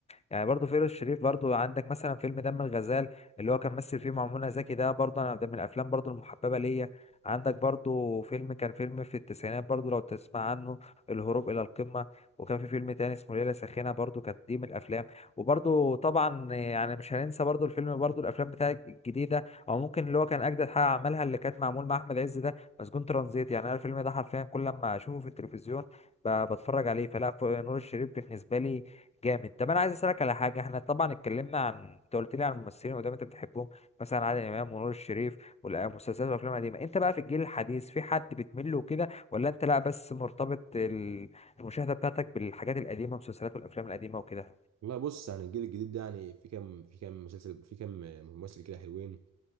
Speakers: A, on the left; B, on the right.
A: يعني برضو فيروز شريف برضو عندك مثلا فيلم دم الغزال اللي هو كان مثل فيه مع منى زكي ده برضو انا ده من الافلام برضو المحببه ليا عندك برضو فيلم كان فيلم في التسعينات برضو لو تسمع عنه الهروب الى القمه وكان في فيلم تاني اسمه ليله ساخنه برضو كانت دي من الافلام وبرضو طبعا يعني مش هننسى برضو الفيلم برضو الافلام بتاعت الجديده او ممكن اللي هو كان اجدد حاجه عملها اللي كانت معمول مع احمد عز ده مسجون ترانزيت يعني انا الفيلم ده حرفيا كل لما اشوفه في التلفزيون ب- بتفرج عليه فلا ف- نور الشريف بالنسبه لي جامد طب انا عايز اسالك على حاجه احنا طبعا اتكلمنا عن انت قلت لي عن الممثلين قدام انت بتحبهم مثلا عادل امام ونور الشريف والمسلسلات والافلام القديمه انت بقى في الجيل الحديث في حد بتميل له كده ولا انت لا بس مرتبط ال- المشاهده بتاعتك بالحاجات القديمه المسلسلات والافلام القديمه وكده
B: والله بص يعني الجيل الجديد ده يعني في كام في كام مسلسل في كام ممثل كده حلوين